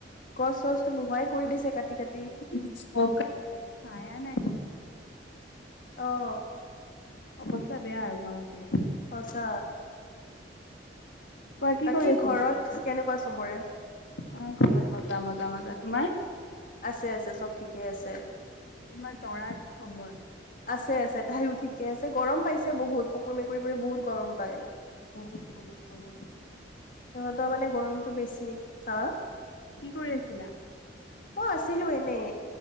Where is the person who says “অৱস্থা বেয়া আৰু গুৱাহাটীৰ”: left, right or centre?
Left